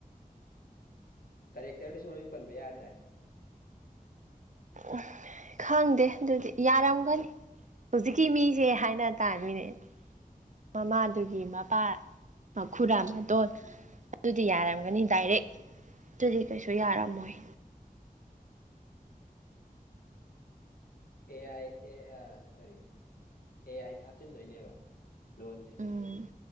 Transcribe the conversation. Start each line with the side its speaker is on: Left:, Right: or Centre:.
Left: ꯀꯔꯦꯛꯇꯔꯗꯁꯨ ꯃꯃꯤꯡ ꯄꯟꯕ ꯌꯥꯗ꯭ꯔꯦ
Right: ꯎ ꯈꯪꯗꯦ ꯑꯗꯨꯗꯤ ꯌꯥꯔꯝꯒꯅꯤ ꯍꯨꯖꯤꯛꯀꯤ ꯃꯤꯁꯦ ꯍꯥꯏꯅ ꯇꯥꯔꯃꯤꯅꯦ ꯃꯃꯥꯗꯨꯒꯤ ꯃꯄꯥ ꯃꯈꯨꯔꯥ ꯑꯃ ꯇꯣ
Left: ꯎꯝ
Right: ꯑꯗꯨꯗꯤ ꯌꯥꯔꯝꯒꯅꯤ ꯗꯥꯏꯔꯦꯛ ꯇꯨꯗꯤ ꯀꯩꯁꯨ ꯌꯥꯔꯝꯃꯣꯏ
Left: ꯑꯦ ꯑꯥꯏ ꯑꯦ ꯑ ꯀꯔꯤ ꯑꯦ ꯑꯥꯏꯗ ꯍꯥꯞꯆꯤꯟꯗꯣꯏꯅꯦꯕ ꯂꯣꯟꯁꯦ
Right: ꯎꯝ